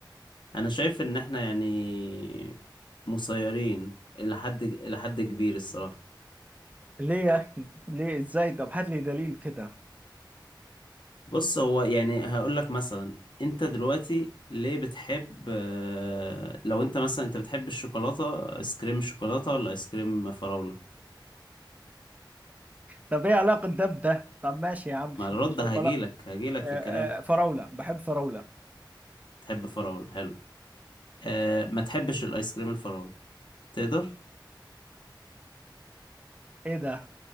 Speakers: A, on the left; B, on the right.
A: أنا شايف إن إحنا يعني مسيرين إلى حد إلى حد كبير الصراحة
B: ليه يا أخي؟ ليه إزاي؟ طب هات لي دليل كده
A: بص هو يعني هقول لك مثلا أنت دلوقتي ليه بتحب أه لو أنت مثلا أنت بتحب الشوكولاتة آيس كريم شوكولاتة ولا آيس كريم فراولة؟
B: طب إيه علاقة ده بده؟ طب ماشي يا عم
A: مع
B: شو-
A: الرد
B: شوكولا
A: هجيلك هجيلك
B: آه
A: في الكلام
B: آه فراولة بحب فراولة
A: تحب فراولة حلو أه ما تحبش الآيس كريم الفراولة تقدر؟
B: إيه ده؟